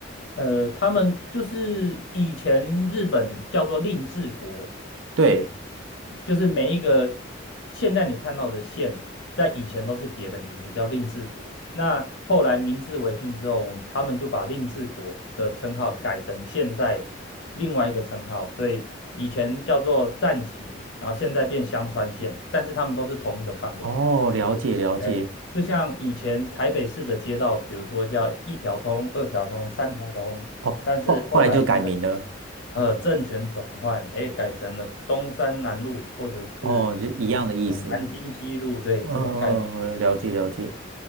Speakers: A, on the left; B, on the right.
A: 呃，他们就是以前日本叫做令制国，
B: 对，
A: 就是每一个现在你看到的县，在以前都是别的名字叫令制国。那后来明治维新之后，我们他们就把令制国的称号改成现在另外一个称号，所以以前叫做战旗，然后现在变香川县，但是他们都是同一个范围。
B: 哦，了解了解，
A: 哎，就像以前台北市的街道，比如说叫一条通、二条通、三条通，
B: 哦，
A: 但是后来因为
B: 后后来就改名了，
A: 呃政权转换，哎，改成了东山南路或者是
B: 哦，就一样的意思，
A: 呃南京西路，对，
B: 嗯、
A: 这种概念。
B: 呃，嗯嗯了解了解。